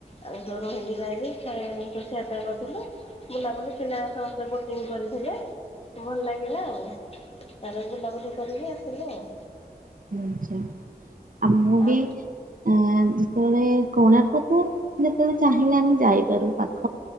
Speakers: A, on the left; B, on the right.
A: ଆଉ, ସବୁ ରୁହିଁକି ଯାଇକି, ଖାଇ-ଇ ଖିଆ ପିଆ କରିଥିଲୁ ତ, ବୁଲାବୁଲି ପିଲା ସ ବୋଟିଙ୍ଗ୍ କରିଥିଲେ। ଭଲ ଲାଗିଲା ଆଉ। ତାରେ ବୁଲାବୁଲି କରିକି ଆସିଲୁ ଆଉ।
B: ଆଛା, ଆ ମୁଁ
A: ଆଉ
B: ବି ଆ, ଯେତେବେଳେ କୋଣାର୍କ ତ ଯେତେବେଳେ ଚାହିଁଲେ ଆମେ ଯାଇପାରୁ ପାଖ।